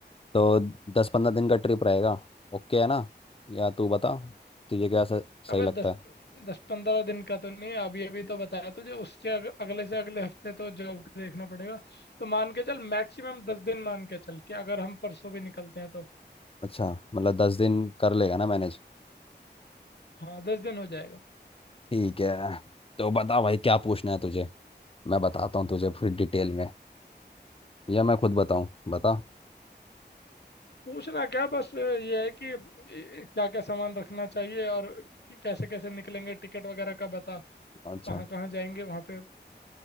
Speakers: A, on the left; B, on the left.
A: तो दस पंद्रह दिन का ट्रिप रहेगा ओके है ना या तू बता तुझे क्या स- सही
B: अबे
A: लगता
B: दस
A: है
B: दस पंद्रह दिन का तो नहीं अभी अभी तो बताया तुझे उसके अग, अगले से अगले हफ्ते तो जॉब का देखना पड़ेगा तो मान के चल मैक्सिमम दस दिन मान के चल कि अगर हम परसों भी निकलते हैं तो
A: अच्छा मतलब दस दिन कर लेगा ना मैनेज
B: हाँ दस दिन हो जाएगा
A: ठीक है तो बता भाई क्या पूछना है तुझे मैं बताता हूँ तुझे फिर डिटेल में या मैं खुद बताऊँ बता
B: पूछना क्या बस ये है कि क्या क्या सामान रखना चाहिए और कैसे कैसे निकलेंगे टिकट वगैरह का बता
A: अच्छा
B: कहाँ कहाँ जाएंगे वहाँ पे